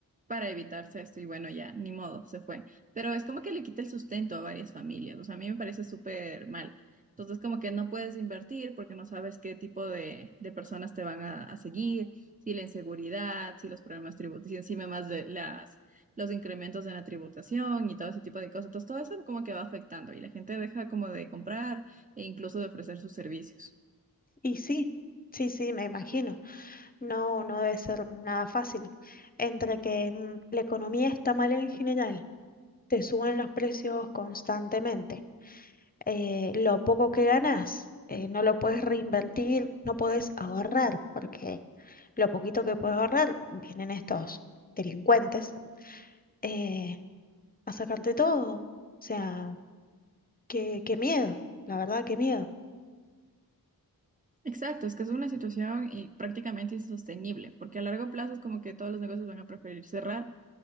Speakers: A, on the right; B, on the left.
A: para evitarse esto, y bueno, ya, ni modo, se fue. Pero es como que le quita el sustento a varias familias, o sea, a mí me parece súper mal. Entonces, como que no puedes invertir porque no sabes qué tipo de, de personas te van a, a seguir, si la inseguridad, si los problemas tributarios, si encima más de las, los incrementos en la tributación y todo ese tipo de cosas. Entonces, todo eso como que va afectando y la gente deja como de comprar e incluso de ofrecer sus servicios.
B: Y sí, sí, sí, me imagino. No, no debe ser nada fácil. Entre que mm, la economía está mal en general, te suben los precios constantemente. eh, lo poco que ganás, eh, no lo puedes reinvertir, no podés ahorrar, porque lo poquito que puedes ahorrar, vienen estos delincuentes eh, a sacarte todo. O sea, Qué, qué miedo, la verdad, qué miedo.
A: Exacto, es que es una situación eh, prácticamente insostenible, porque a largo plazo es como que todos los negocios van a preferir cerrar